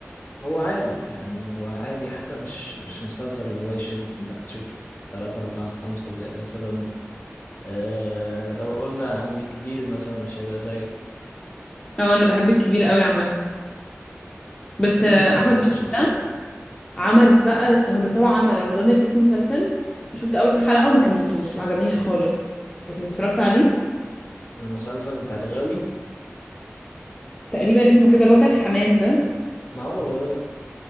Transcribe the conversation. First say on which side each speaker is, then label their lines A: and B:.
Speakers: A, on the left; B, on the left.
A: هو عادي يعني هو عادي حتى مش مش مسلسل اللي هو يشد انك تشوف تلاتة اربعة خمسة زي مثلا آه، لو قلنا عن الكبير مثلا مش هيبقى زيه
B: اه انا بحب الكبير قوي عامه بس
A: مين
B: آه،
A: ما بيحبوش
B: احمد مكي
A: اصلا
B: ده عمل بقى هو بس هو عمل رمضان اللي فات مسلسل شفت اول حلقه وما كملتوش ما عجبنيش خالص انت اتفرجت عليه
A: المسلسل بتاع الغاوي
B: تقريبا اسمه كده اللي هو بتاع الحمام ده
A: ما هو الغاوي